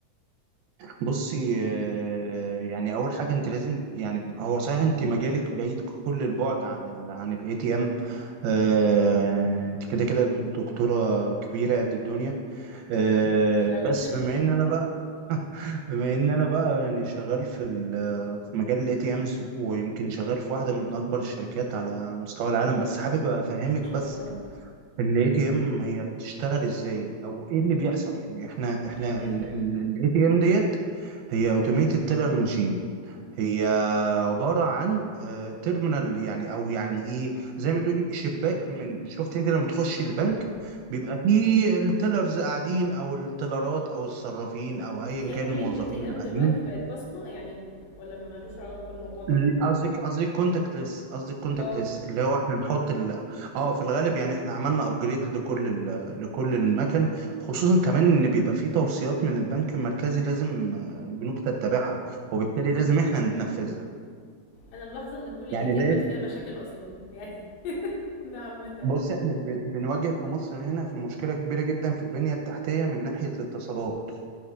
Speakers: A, on the right; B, on the left.
A: بصي آه، يعني اول حاجه انت لازم يعني هو صحيح انت مجالك بعيد كل البعد عن ال عن الاي تي ام انت كده كده دكتوره كبيره قد الدنيا آه،
B: مش قوي
A: بس
B: كده
A: بما ان انا بقى بما ان انا بقى يعني شغال في ال- في مجال الاي تي امز ويمكن شغال في واحده من اكبر الشركات على مستوى العالم بس حابب افهمك
B: ما شاء
A: بس
B: الله
A: الاي تي ام هي بتشتغل ازاي او ايه اللي بيحصل يعني احنا احنا
B: تمام
A: الاي تي ام ديت هي اوتوميتد
B: حلو
A: تيلر ماشين هي عبارة عن تيرمينال يعني او يعني ايه زي ما تقولي شباك من شفت انت لما تخش البنك
B: امم
A: بيبقى فيه التيلرز قاعدين او التيلرات او الصرافين او ايا
B: هي
A: كان
B: كل
A: الموظفين
B: الاي تي
A: اللي
B: ام
A: قاعدين
B: دلوقتي بقت بصمه يعني ولا ملوش علاقه الموضوع ده
A: ال- قصدك قصدك كونتاكت ليس قصدك كونتاكت
B: اه
A: ليس اللي هو احنا نحط ال... اه في الغالب يعني احنا عملنا ابجريد لكل ال... لكل المكن خصوصا كمان ان بيبقى فيه توصيات من البنك المركزي لازم آه، البنوك تتبعها وبالتالي لازم احنا ننفذها
B: انا ملاحظه ان كل
A: يعني
B: الاي تي
A: لقيت
B: امات فيها مشاكل اصلا يعني <laughs> ده عامه
A: بص احنا ب... بنواجه في مصر هنا في مشكلة كبيرة جدا في البنية التحتية من ناحية الاتصالات